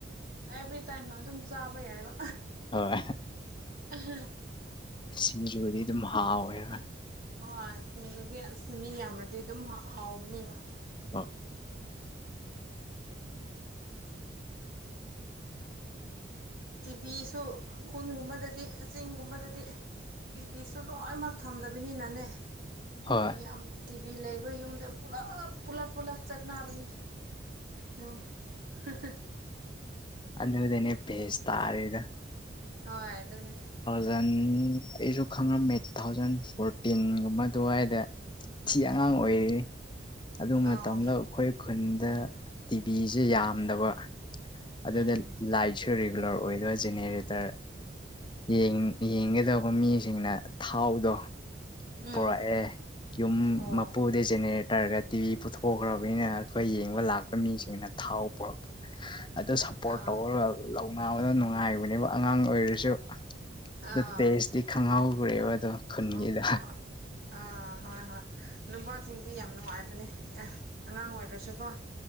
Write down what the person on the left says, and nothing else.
ꯍꯣꯏ꯫
ꯁꯤꯡꯖꯨꯕꯨꯗꯤ ꯑꯗꯨꯝ ꯍꯥꯎꯋꯦꯕ꯫
ꯑꯥ꯫
ꯍꯣꯏ
ꯑꯗꯨꯎꯅꯤ ꯄꯦꯁ ꯇꯥꯔꯤꯗꫭ꯫
ꯖꯟ ꯑꯩꯁꯨ ꯈꯪꯉꯝꯃꯦ ꯇꯨ ꯊꯥꯎꯖꯟ ꯐꯣꯔꯇꯤꯟꯒꯨꯝꯕ ꯑꯗꯨꯋꯥꯏꯗ ꯐꯤ ꯑꯉꯥꯡ ꯑꯣꯏꯔꯤ꯫ ꯑꯗꯨ ꯃꯇꯝꯗ
ꯑꯩꯈꯣꯏ ꯈꯨꯟꯗ ꯇꯤꯚꯤꯁꯦ ꯌꯥꯝꯗꯕ꯫ ꯑꯗꯨꯗ
ꯂꯥꯏꯠꯁꯨ ꯔꯤꯒꯨꯂꯔ ꯑꯣꯏꯗꯣꯏ ꯖꯦꯅꯦꯔꯦꯇꯔ ꯌꯦꯡ ꯌꯦꯡꯒꯗꯕ ꯃꯤꯁꯤꯡꯅ ꯊꯥꯎꯗꯣ ꯄꯨꯔꯛꯑꯦ
ꯌꯨꯝ
ꯃꯄꯨꯗ ꯖꯦꯅꯦꯔꯦꯇꯔꯒ ꯇꯤꯚꯤ ꯄꯨꯊꯣꯛꯈ꯭ꯔꯕꯅꯤꯅ ꯑꯩꯈꯣꯏ ꯌꯦꯡꯕ ꯂꯥꯛꯄ ꯃꯤꯁꯤꯡꯅ ꯊꯥꯎ ꯄꯨꯔꯛꯄ ꯑꯗꯨ ꯁꯞꯄꯣꯔꯠ
ꯇꯧꯔꯒ ꯂꯧꯅꯕꯗ ꯅꯨꯡꯉꯥꯏꯕꯅꯦꯕ ꯑꯉꯥꯡ ꯑꯣꯏꯔꯁꯨ
ꯑ ꯇꯦꯁꯇꯤ ꯈꯪꯍꯧꯈ꯭ꯔꯦꯕ ꯑꯗꯣ ꯈꯨꯟꯒꯤꯗ